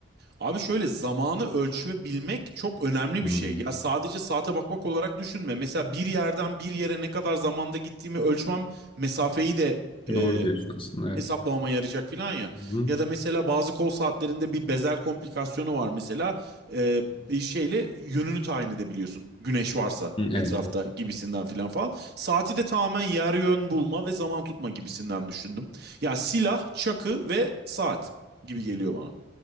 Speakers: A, on the right; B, on the left.
A: Abi şöyle zamanı ölçebilmek çok önemli
B: Hmm,
A: bir şey. Ya sadece saate bakmak olarak düşünme. Mesela bir yerden bir yere ne kadar zamanda gittiğimi ölçmem mesafeyi de e,
B: Doğru diyorsun aslında
A: hesaplamama
B: evet.
A: yarayacak filan ya.
B: Hı-hı.
A: Ya da mesela bazı kol saatlerinde bir bezel komplikasyonu var mesela. Ee, bir şeyle yönünü tayin edebiliyorsun. Güneş varsa
B: Evet
A: etrafta
B: evet.
A: gibisinden filan falan. Saati de tamamen yer yön bulma ve zaman tutma gibisinden düşündüm. Ya silah, çakı ve saat gibi geliyor bana